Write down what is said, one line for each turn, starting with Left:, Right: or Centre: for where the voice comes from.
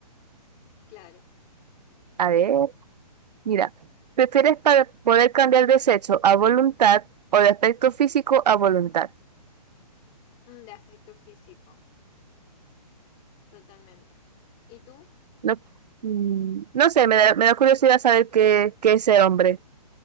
Left: claro.
Right: A ver. Mira, ¿prefieres para poder cambiar de sexo a voluntad o de aspecto físico a voluntad?
Left: Mm, De aspecto físico, totalmente. ¿Y tú?
Right: No, mm, no sé, me da, me da curiosidad saber qué, qué es ser hombre.